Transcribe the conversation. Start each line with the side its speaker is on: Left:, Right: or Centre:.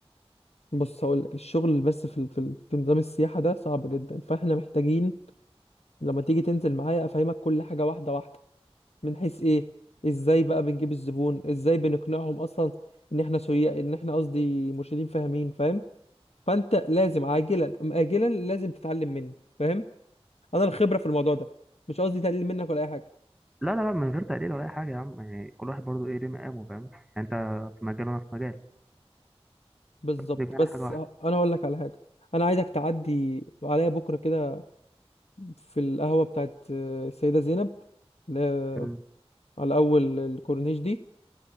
Left: بص هقول لك الشغل بس في ال- في ال- في نظام السياحه ده صعب جدا فاحنا محتاجين لما تيجي تنزل معايا افهمك كل حاجه واحده واحده من حيث ايه ازاي بقى بنجيب الزبون ازاي بنقنعهم اصلا ان احنا سويا ان احنا قصدي مرشدين فاهمين فاهم فانت لازم عاجلا ام اجلا لازم تتعلم مني فاهم انا الخبره في الموضوع ده مش قصدي تقليل منك ولا اي حاجه
Centre: لا لا لا من غير تقليل ولا اي حاجه يا عم يعني كل واحد برضو ايه ليه مقامه فاهم يعني انت في مجال وانا في مجال
Left: بالظبط
Centre: بس بيجمعنا
Left: بس
Centre: حاجه واحده
Left: ه- انا هقول لك على حاجه انا عايزك تعدي عليا بكره كده في القهوه بتاعت آه، السيده زينب ل-
Centre: مم.
Left: على اول الكورنيش دي